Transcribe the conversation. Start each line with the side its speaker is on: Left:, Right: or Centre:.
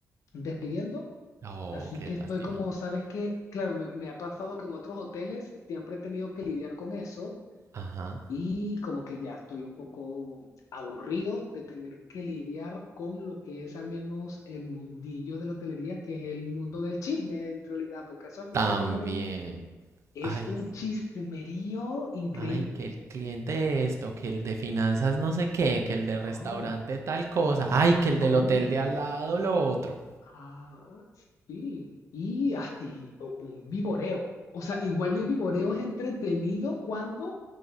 Left: despidiendo.
Right: Oh,
Left: Así
Right: qué
Left: que
Right: lástima.
Left: estoy como, sabes que, claro, me, me ha pasado que en otros hoteles siempre he tenido que lidiar con eso
Right: Ajá,
Left: y como que ya estoy un poco aburrido de tener que lidiar con lo que es al menos el mundillo de la hotelería, que es el mundo del chisme en realidad, porque eso al final
Right: también.
Left: es lo que le... Es
Right: Ay,
Left: un chismerío
Right: sí,
Left: increíble.
Right: ay, que el cliente esto, que el de finanzas no sé qué, que el de restaurante
Left: Ay,
Right: tal cosa,
Left: y que
Right: ay,
Left: se
Right: que el
Left: come.
Right: del hotel de al lado lo otro.
Left: Ah, sí. Y así, o- un viboreo. O sea, igual el viboreo es entretenido cuando,